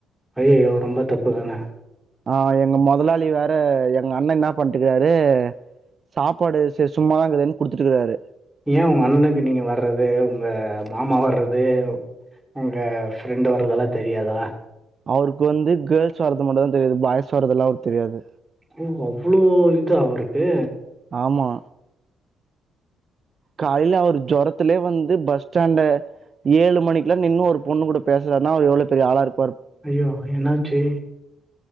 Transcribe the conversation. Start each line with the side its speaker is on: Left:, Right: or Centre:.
Centre: ஐய்யயோ ரொம்ப தப்பு தான
Right: ஆ எங்க மொதலாளி வேற எங்க அண்ணே என்னா பண்டுக்குறாரு சாப்பாடு செரி சும்மாதா இங்கு தேனு குடுத்துட்டுக்கறாரு
Centre: ஏ ஒங்க அண்ணுக்கு நீங்க வர்றது உங்க மாமா வர்றது உங்க ஃப்ரெண்டு் வர்றதெல்லா தெரியாதா
Right: அவருக்கு வந்து கேள்ஸ் வர்றது மட்டும் தா தெரியாது பாய்ஸ் வர்றது எல்லா அவருக்கு தெரியாது
Centre: ஓ அவ்ளோ இதா அவருக்கு
Right: ஆமா காலைல அவர் ஜொரத்துலயே வந்து பஸ் ஸ்டாண்ட ஏழு மணிக்குலா நின்னு ஒரு பொண்ணு கூட பேசுறார்னா அவர் எவ்ளோ பெரிய ஆளா இருக்கும்
Centre: ஐயோ என்னாச்சு